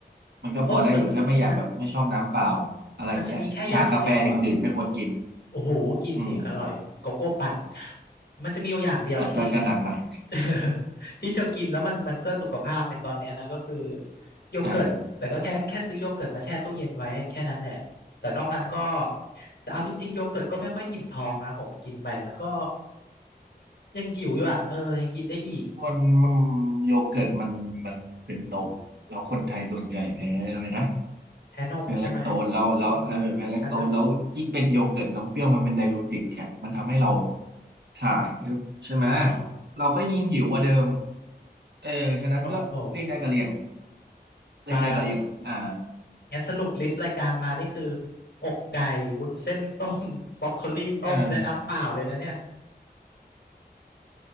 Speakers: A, on the right; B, on the left.
A: มันก็พอได้อยู่ถ้าไม่อยากแบบไม่ชอบน้ำเปล่า
B: โอ้สมมัน
A: อะไรเงี้ยชากาแฟดึกดื่นไม่ควรกิน
B: มันจะมีแค่อย่างเดียวอ่ะ โอ้โห กินดิอร่อยโกโก้ปั่น
A: อืม
B: มันจะมีอยู่อย่างเดียวพี่ที่
A: อ่ะก็ก็หนักหน่อย
B: <laughs> ที่จะกินแล้วมันมันเพื่อสุขภาพในตอนเนี้ยนะก็คือโยเกิร์ตแต่ก็แค่แค่ซื้อโยเกิร์ตมาแช่ตู้เย็นไว้แค่นั้นแหละแต่นอกนั้นก็
A: อ่า
B: แต่เอาจริงๆโยเกิร์ตก็ไม่ค่อยอิ่มท้องนะผมกินไปมันก็ยังหิวอยู่อ่ะเออยังกินได้อีก
A: มันมันโยเกิร์ตมันมันเป็นนมแล้วคนไทยส่วนใหญ่แท้อะไรนะ
B: แพ้นมใช่ไหม
A: แพ้แลคโตสแล้วแล้วเออแพ้แลคโตสแล้วยิ่งเป็นโยเกิร์ตนมเปรี้ยวมันเป็นไดยูติกอะมันทำให้เรา
B: อืมแพ้แลคโตส
A: ถ่ายใช่ไหม
B: อ๋อ
A: เราก็ยิ่งหิวกว่าเดิมเออฉะนั้นก็เลี่ยงได้ก็เลี่ยง
B: โอ้โห
A: เลี่ยงได้ก็เลี่ยงอ่า
B: ตายแล้ว งั้นสรุปลิสต์รายการมานี่คืออกไก่วุ้นเส้นต้ม <laughs> บรอกโคลีต้มและน้ำเปล่าเลยนะเนี่ย
A: เออ